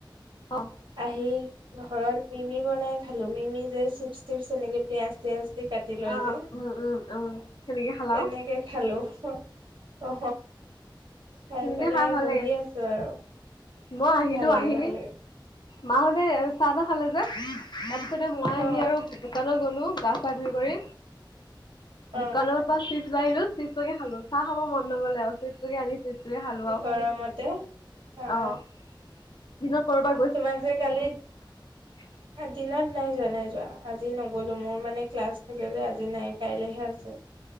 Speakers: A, on the left; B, on the right.
A: অ',
B: আহি ঘৰত মিমি বনাই খালো মিমি যে চিপছ চিপছ এনেকে আস্ত আস্তছে, কাট লৈ
A: অ',
B: যে
A: উম, উম, উম। সেনেকে খালা
B: তেনেকে
A: আৰু
B: খালো অ খাই
A: সেনেকে
B: পেলাই
A: ভাল
B: বহি
A: লাগে।
B: আছো আৰু
A: মই আহিলো
B: ভাল
A: আহি
B: লাগে ভাল লাগে
A: মাহঁতে চাহ ত খালে যে, তাতে মই আহি
B: অ
A: আৰু দোকানত গলো গাচা ধুই কৰি দোকানৰ
B: অ
A: পৰা চিপছ লৈ আহিলো চিপছ লৈয়ে খালো চাহ খাব মন নগলে আৰু চিপছটোকে আনি চিপছ তয়ে খালো
B: গৰমতে অ
A: আহ দিনৰত কৰবাৰ
B: তোমাক যে কালি-
A: <inaudible>
B: দিনত নাই যোৱা- নাই যোৱা আজি নগ'লো মোৰ মানে ক্লাছ থাকে যে আজি নাই কাইলেহে আছে।